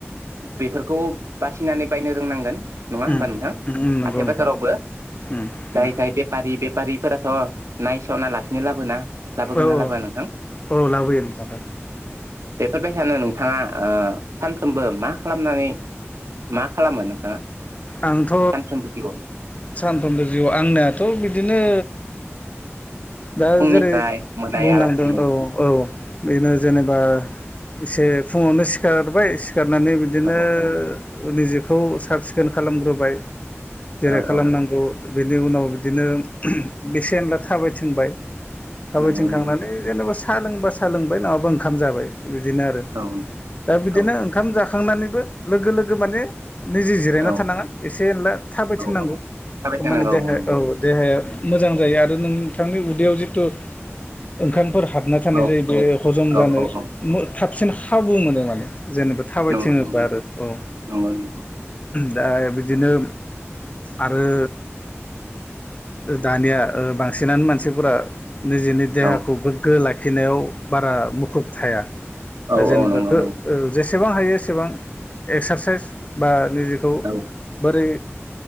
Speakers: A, on the right (about 80°); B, on the left (about 30°).
A: बेफोरखौ बासिनानै बायनो रोंनांगोन। नङा होमबा
B: उम
A: नोंथां
B: उम उम नंगौ
A: हाथाय
B: नोंथां
A: बाजारावबो
B: उम
A: जाय
B: नंगौ
A: जाय बेफारि बेफारिफोराथ' नायस'ना लासिनो लाबोना लाबोगोन
B: औ
A: ना लाबोआ नोंथां
B: औ औ लाबोयो नोंथां।
A: फोरबाय सानो नोंथाङा ओ सानफ्रोमबो मा खालामनानै मा खालामो नोंथाङा?
B: आंथ'
A: सानफ्रोमबो जिउआव
B: सानफ्रोमबो जिउ आंनियाथ' बिदिनो दा
A: फुंनिफ्राय
B: जेरै
A: मोनायालासिम
B: बुंनांदों औ औ बेनो जेनेब बा एसे फुङावनो सिखारबाय सिखारनानै बिदिनो
A: औ औ
B: निजे खौ साब सिखोन खालामग्रोबाय जेरै
A: औ
B: खालामनांगौ
A: औ
B: बेनि उनाव बिदिनो बेसेनला थाबायथिंबाय थाबायथिं
A: नंगौ
B: खांनानै
A: नंगौ
B: जेनेबा सा लोंबा सा लोंबाय नङाबा ओंखाम जाबाय। बिदिनो आरो
A: औ
B: दा बिदिनो
A: औ
B: ओंखाम जाखांनानैबो लोगो लोगो माने निजि जिरायना
A: औ
B: थानाङा एसे एनला थाबायथिंनांगौ
A: औ औ थाबाय थानांगौ
B: माने देहाया
A: नंगौ
B: औ देहाया मोजां जायो आरो नोंथांनि उदैयाव जिथु ओंखामफोर हाबना थानाय
A: औ
B: जायो बे हजम
A: औ
B: जानो
A: औ औ
B: मो थाबसिन खाबु मोनो माने। जेनेबा थाबायथिङोबा
A: नंगौ नंगौ
B: आरो औ।
A: नंगौ नंगौ
B: दा बिदिनो आरो दानिया ओ बां सिनानो मानसिफोरा निजेनि देहाखौ
A: औ
B: गोग्गो लाखिनायाव बारा मुखुब थाया।
A: औ
B: दा जेनेबा
A: औ नंगौ
B: गो
A: नंगौ
B: ओ जेसेबां हायो एसेबां एक्सारसाइस बा मानि जेखौ
A: औ
B: बोरै